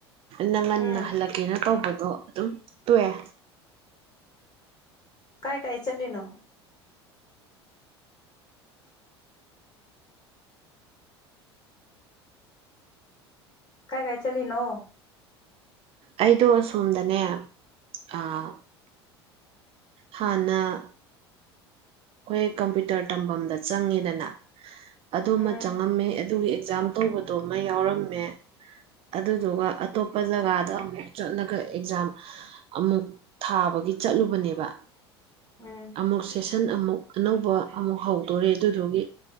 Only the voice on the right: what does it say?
ꯅꯪ ꯉꯟꯅ
ꯍꯜꯂꯛꯀꯦꯅ ꯇꯧꯕꯗꯣ ꯑꯗꯨꯝ ꯇꯣꯛꯑꯦ
ꯑꯩꯗꯣ ꯑꯁꯣꯝꯗꯅꯦ ꯑꯥ ꯍꯥꯟꯅ ꯈꯣꯏ ꯀꯝꯄꯤꯇꯔ ꯇꯝꯕꯝꯗ ꯆꯪꯉꯦꯗꯅ ꯑꯗꯨꯃꯥ
ꯆꯪꯉꯝꯃꯦ ꯑꯗꯨꯒꯤ ꯑꯦꯛꯖꯥꯝ ꯇꯧꯕꯗꯣꯃꯥ ꯌꯥꯎꯔꯝꯃꯦ ꯑꯗꯨꯗꯨꯒꯥ ꯑꯇꯣꯞꯄ ꯖꯒꯥꯗ ꯑꯃꯨꯛ ꯆꯠꯂꯒꯥ ꯑꯦꯛꯖꯥꯝ ꯑꯃꯨꯛ ꯊꯥꯕꯒꯤ ꯆꯠꯂꯨꯕꯅꯦꯕ
ꯑꯃꯨꯛ ꯁꯦꯁꯟ ꯑꯃꯨꯛ ꯑꯅꯧꯕ ꯑꯃꯨꯛ ꯍꯧꯗꯣꯔꯦ ꯑꯗꯨꯗꯨꯒꯤ